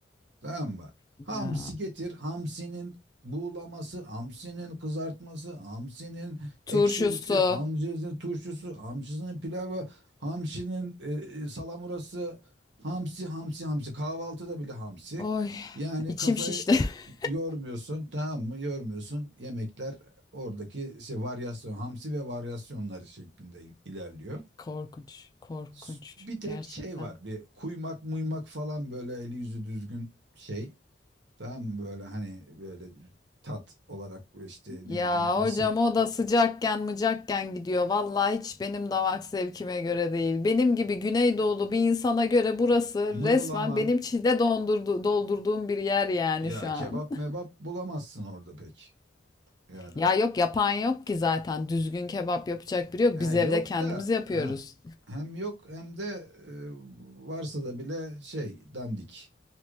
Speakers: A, on the right (about 80°); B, on the left (about 20°).
A: Tamam mı?
B: <laughs>
A: Hamsi
B: ya
A: getir. Hamsinin buğulaması, hamsinin kızartması, hamsinin ekşilisi,
B: turşusu.
A: hamsinin turşusu, hamsinin pilavı, hamsinin eee, salamurası, hamsi, hamsi, hamsi. Kahvaltıda bile hamsi.
B: Oy
A: Yani
B: içim
A: kafayı
B: şişti. <laughs>
A: yormuyorsun, tamam mı? Yormuyorsun. Yemekler oradaki şey varyasyon, hamsi ve varyasyonlar şeklinde ilerliyor.
B: Korkunç, korkunç
A: S- Bir tek
B: gerçekten.
A: şey var bir kuymak muymak falan böyle eli yüzü düzgün şey tamam mı böyle hani böyle tat olarak işte
B: Ya
A: ne bileyim mısır
B: hocam o da sıcakken mıcakken gidiyor. Vallahi hiç benim damak zevkime göre değil. Benim gibi Güneydoğulu bir insana göre burası
A: mıhlama
B: resmen benim çile dondurdu, doldurduğum bir yer yani
A: ya
B: şu
A: kebap
B: an. <laughs>
A: mebap bulamazsın orada pek yani
B: Ya yok yapan yok ki zaten. Düzgün kebap yapacak biri yok.
A: he,
B: Biz evde
A: yok
B: kendimiz
A: da
B: yapıyoruz.
A: he, hem yok hem de e, varsa da bile şey dandik